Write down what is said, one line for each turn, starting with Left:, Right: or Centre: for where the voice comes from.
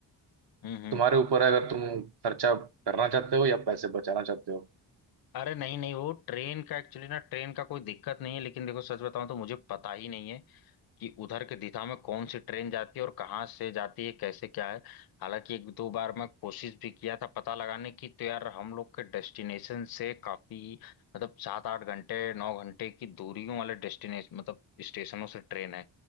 Left: हम्म हम्म
Right: तुम्हारे ऊपर है अगर तुम खर्चा करना चाहते हो या पैसे बचाना चाहते हो
Left: अरे नहीं नहीं वो ट्रेन का एक्चुअली ना ट्रेन का कोई दिक्कत नहीं है लेकिन देखो सच बताऊं तो मुझे पता ही नहीं है कि उधर के दिशा में कौन सी ट्रेन जाती है और कहाँ से जाती है कैसे क्या है हालांकि एक दो बार मैं कोशिश भी किया था पता लगाने की तो यार हम लोग के डेस्टिनेशन से काफी मतलब सात आठ घंटे नौ घंटे की दूरियों वाले डेस्टिनेशन मतलब स्टेशनों से ट्रेन है